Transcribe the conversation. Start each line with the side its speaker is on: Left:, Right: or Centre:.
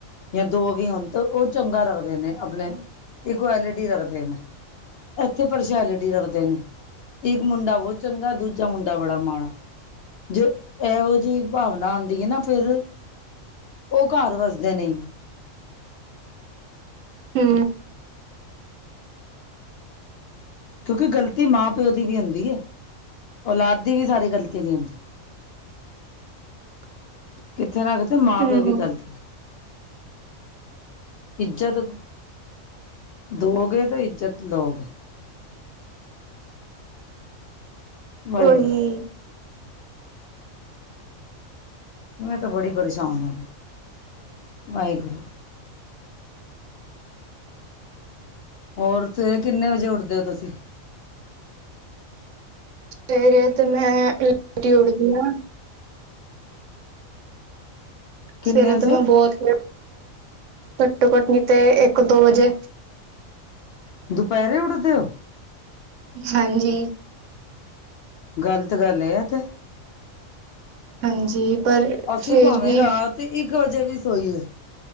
Left: ਯਾ, ਦੋ ਵੀ ਹੋਣ, ਤਾਂ ਉਹ ਚੰਗਾ ਰੱਖਦੇ ਨੇ, ਆਪਣੇ ਇਕੁਐਲਿਟੀ ਰੱਖਦੇ ਨੇ। ਇੱਥੇ, ਪਰਸ਼ੈਲੇਟੀ ਰੱਖਦੇ ਨੇ। ਇੱਕ ਮੁੰਡਾ ਬਹੁਤ ਚੰਗਾ, ਦੂਜਾ ਮੁੰਡਾ ਬੜਾ ਮਾੜਾ। ਜੇ ਇਹੋ, ਜਿਹੀ ਭਾਵਨਾ ਆਉਂਦੀ ਹੈ, ਨਾ ਫਿਰ ਉਹ ਘਰ ਵਸਦੇ ਨਈ।
Right: ਹੂੰ।
Left: ਕਿਉਂਕਿ, ਗ਼ਲਤੀ ਮਾਂ- ਪਿਓ ਦੀ ਵੀ, ਹੁੰਦੀ ਹੈ। ਔਲਾਦ, ਦੀ ਵੀ, ਸਾਰੀ ਗਲਤੀ ਨਹੀਂ, ਆਉਂਦੀ।
Right: <inaudible>
Left: ਕਿਤੇ ਨਾ ਕਿਤੇ ਮਾਂ-
Right: ਹੂੰ
Left: ਪਿਓ ਵੀ ਗ਼ਲਤ ਨੇ।
Right: <inaudible>
Left: ਇੱਜ਼ਤ ਦੋਗੇ, ਤੇ ਇੱਜ਼ਤ ਲਓਗੇ। ਵਾਹਿਗੁਰੂ
Right: ਉਹੀ।
Left: ਮੈਂ ਤਾਂ ਬੜੀ ਪਰੇਸ਼ਾਨ ਹਾਂ ਵਾਹਿਗੁਰੂ। ਹੋਰ ਸਵੇਰੇ ਕਿੰਨੇ ਵਜੇ ਉੱਠਦੇ ਹੋ ਤੁਸੀ?
Right: ਸਵੇਰੇ ਤੇ ਮੈਂ ਲੇਟ ਹੀ ਉਠਦੀ ਹਾਂ।
Left: ਕਿੰਨੇ
Right: ਸਵੇਰੇ
Left: ਵਜੇ
Right: ਤੇ ਮੈਂ ਬਹੁਤ। ਘੱਟੋ ਘੱਟ ਨੀ ਤੇ ਇੱਕ ਦੋ ਵਜੇ।
Left: ਦੁਪਹਿਰੇ ਉਠਦੇ ਹੋ?
Right: ਹਾਂਜੀ।
Left: ਗ਼ਲਤ ਗੱਲ ਹੈ ਆ ਤੇ।
Right: ਹਾਂਜੀ। ਪਰ
Left: ਅਸੀਂ
Right: ਫੇਰ
Left: ਭਾਵੇਂ
Right: ਵੀ
Left: ਰਾਤ ਇੱਕ ਵਜੇ ਵੀ ਸੋਈਏ।